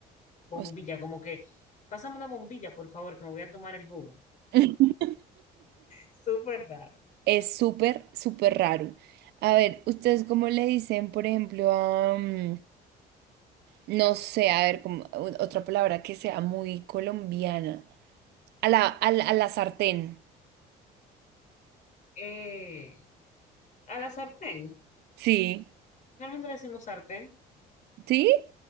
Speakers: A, on the left (about 45°); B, on the right (about 75°).
A: bombilla,
B: O sea,
A: como que, pásame una bombilla, por favor, que me voy a tomar el jugo.
B: <laughs>
A: Súper raro.
B: es súper, súper raro. A ver, ¿ustedes cómo le dicen, por ejemplo, a... mm, no sé, a ver, como, o- otra palabra que sea muy colombiana. A la, a la, a la sartén.
A: Eh, a la sartén.
B: Sí,
A: Realmente le decimos sartén.
B: ¿sí?